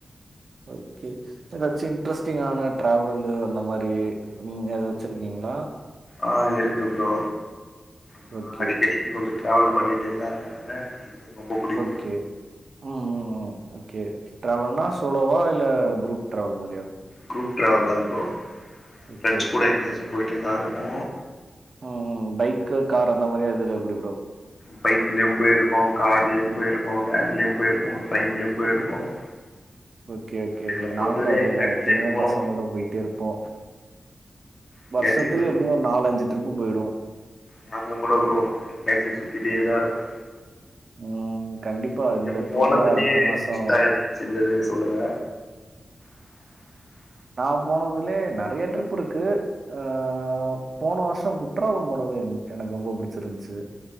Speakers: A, on the right; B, on the left.
A: ஓகே எதாச்சு இன்ட்ரெஸ்டிங்கான ட்ராவலு அந்த மாரி நீங்க எதா வச்சிர்க்கீங்ளா
B: ஆ இருக்கு ப்ரோ ஆ
A: ஓகே,
B: அடிக்கடி ன்னு கொஞ்ச ட்ராவல் பண்ணிட்டே தா இருப்பே எனக்கு அது ரொம்ப புடிக்கு
A: ஓகே ம் ம் ம் ஓகே ஓகே ட்ராவல்னா சோலோவா இல்ல குரூப் ட்ராவல் மாரியா
B: குரூப் ட்ராவல் தா ப்ரோ
A: ஓகே,
B: ஃப்ரெண்ட்ஸ்
A: ஓகே,
B: கூட
A: ஓகே.
B: எங்கயாச்சு பொய்ட்டே தா இருப்போ
A: ம் பைக்கு காரு அந்த மாரியா இதுல எப்டி ப்ரோ
B: பைக்லயு போயிருக்கு கார்லயு போயிருக்கு வேன்லயு போயிருக்கோ ட்ரெயின்லயு போயிருக்கோ <inaudible>
A: ஓகே ஓகே
B: எங்கள
A: ஓகே
B: பொறுத்தவரையு
A: நாங்களு அதேதா
B: எங்கயாச்சு
A: எப்பயுமே
B: போனு
A: பசங்களோட போயிட்டே இருப்போ
B: எங்கயாச்சு
A: வருஷத்துக்கு
B: போய்
A: எப்டியு ஒரு நாலஞ்சு ட்ரிப்பு போயிடுவோ
B: நாம கூட ஃப்ரோ எங்கயாச்சு சுத்திட்டே
A: ம்,
B: தா இருக்கு
A: ம், கண்டிப்பா
B: நீங்க
A: இந்த இப்போ
B: போனதுலயே
A: கூட அடுத்த மாசம்
B: இஷ்டா ஏதாச்சு இருந்தது சொல்லுங்க <inaudible>
A: நா போனதுலயே நெறைய ட்ரிப் இருக்கு ஆ போன வருஷ குற்றால போனது எனக்கு ரொம்ப புடிச்சிருந்துச்சு